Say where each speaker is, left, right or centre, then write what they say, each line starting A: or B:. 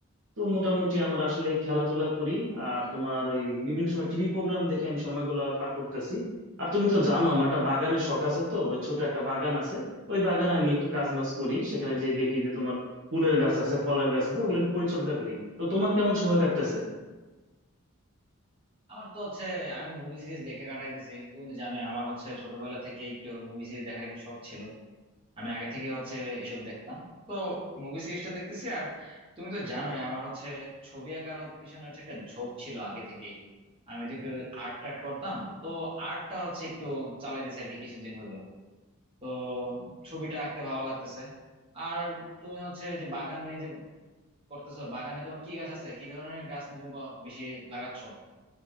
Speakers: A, on the right; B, on the right.
A: তো মোটামুটি আমার আসলে খেলাধুলা করি আর তোমার ওই বিভিন্ন সময় টিভি প্রোগ্রাম দেখে আমি সময়গুলো পার করতেছি আর তুমি তো জানো আমার একটা বাগানের শখ আছে তো ওই ছোট একটা বাগান আছে ওই বাগানে আমি একটু কাজ মাজ করি সেখানে যেই দেখি যে তোমার ফুলের গাছ আছে ফলের গাছ আছে ওগুলো একটু পরিচর্যা করি তো তোমার কেমন সময় কাটতেছে
B: আমার তো হচ্ছে আমি মুভি সিরিজ দেখে কাটাইতেছি তুমি তো জানোই আমার হচ্ছে ছোটবেলা থেকে একটু মুভি সিরিজ দেখার একটু শখ ছিল আমি আগে থেকে হচ্ছে এসব দেখতাম তো মুভি সিরিজটা দেখতেছি আর তুমি তো জানোই আমার হচ্ছে ছবি আঁকার হ- পিছনে হচ্ছে একটা ঝোঁক ছিল আগে থেকেই আমি তো একটু আর্ট টার্ট করতাম তো আর্টটা হচ্ছে একটু চালাইতেছি আর কি কিছুদিন হইলো তো ছবিটা আঁকতে ভালো লাগতেছে আর তুমি হচ্ছে যে বাগান নিয়ে যে করতেছো বাগানে তোমার কি গাছ আছে কি ধরনের গাছ নিয়ে তুমি ক- বেশি লাগাচ্ছ